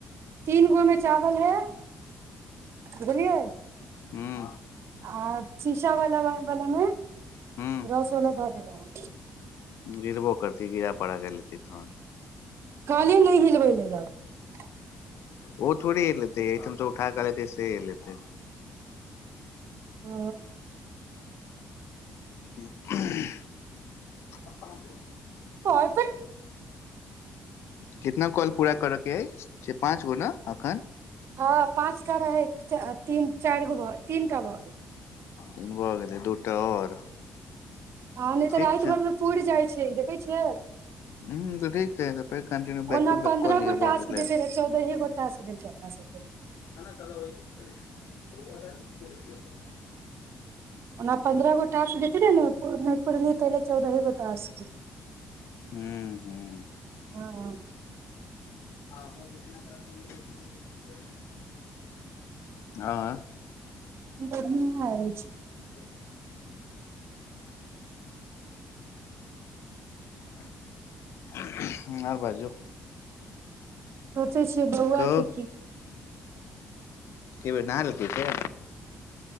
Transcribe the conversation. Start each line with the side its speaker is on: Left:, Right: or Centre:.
Right: तीन गो में चावल है बुझलियए
Left: हूँ
Right: आ शीशा वाला बलमे
Left: हूँ
Right: रस वला ध केलो हँ
Left: गिरबो करती गिरा पड़ा के लेती तहन
Right: काले नहि हिलबै लेलक
Left: ओ थोड़े हेलेतेै एहिठम सँ उठा के लेते से हेलेते
Right: ओ
Left: <inaudible>
Right: <unintelligible>
Left: कितना कॉल पूरा करे के अछि छै पाँच गो न एखन
Right: हँ पाँचटा रहै ती चारि गो भऽ तीनटा भऽ गेल
Left: तीनगो भ गेलै दू टा आओर
Right: हँ नहि तऽ
Left: ठीक
Right: राति भरमे पूुरी जाइ छै छै देखय छियै
Left: ह तऽ ठीक छै त फेर कन्टिन्यू बैक
Right: ओना
Left: टू बैक
Right: पन्द्रह
Left: कऽ लिय
Right: गो टास्क
Left: भऽ गेलै
Right: देते रहे चौदहे गो टास्क दै छै हमरा सबके
Left: ह ने सला वहि द ब की <unintelligible>
Right: ओना पन्द्रह गो टास्क देथि रहै ने प नहि पुरलियै त एले चौदहे गो टास
Left: हूं हूं
Right: हँ
Left: हँ <unintelligible> हँ
Right: गर्मी है अछि
Left: <inaudible> <inaudible> बाजू
Right: सोचै छियै बउआ
Left: कहू
Right: के की
Left: की भेल नहा लेलकै से